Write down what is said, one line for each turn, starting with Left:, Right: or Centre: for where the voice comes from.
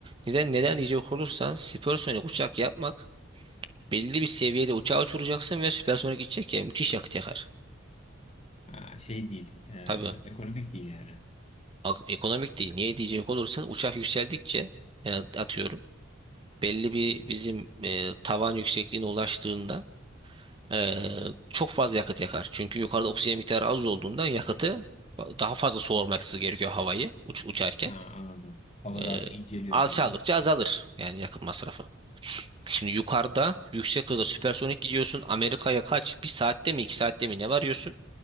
Right: Neden neden diyecek olursan süpersonik uçak yapmak Belli bir seviyede uçağa uçuracaksın ve süpersonik gidecek ya müthiş yakıt yakar.
Left: Ha, şey değil. e,
Right: Tabii
Left: ekonomik değil yani.
Right: ak- ekonomik değil. Niye diyecek olursan uçak yükseldikçe e, atıyorum belli bir bizim e, tavan yüksekliğine ulaştığında e, çok fazla yakıt yakar. Çünkü yukarıda oksijen miktarı az olduğundan yakıtı daha fazla soğurması gerekiyor havayı uç, uçarken.
Left: Ha, anladım. Hava
Right: E,
Left: daha çok inceliyor
Right: alçaldıkça
Left: tabii.
Right: azalır yani yakıt masrafı. Şimdi yukarıda yüksek hızla süpersonik gidiyorsun. Amerika'ya kaç? Bir saatte mi iki saatte mi ne varıyorsun?